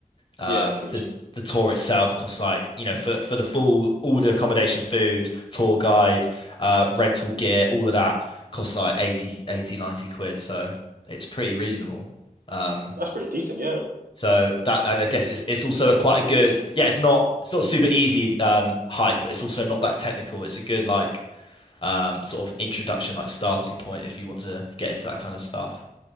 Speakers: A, on the left (about 35°); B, on the right (about 80°).
A: Um,
B: yeah, it's pretty
A: the
B: cheap.
A: the tour itself costs like, you know, for for the full all the accommodation, food, tour guide, uh, rental gear, all of that costs like 80, 80, 90 quid. So it's pretty reasonable. Um,
B: That's pretty decent, yeah.
A: so that, and I guess it's it's also a quite a good, yeah, it's not it's not super easy um hike, but it's also not that technical. It's a good like um sort of introduction, like starting point if you want to get into that kind of stuff.